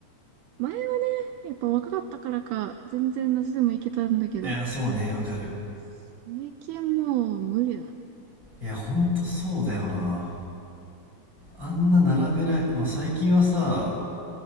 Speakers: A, on the right; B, on the right.
A: 前はね、やっぱ若かったからか、全然夏でも行けたんだけど、
B: いや、そうね、わかる。
A: 最近もう無理だね。
B: いや、ほんとそうだよな。
A: うん。
B: あんな並べない、まあ、最近はさ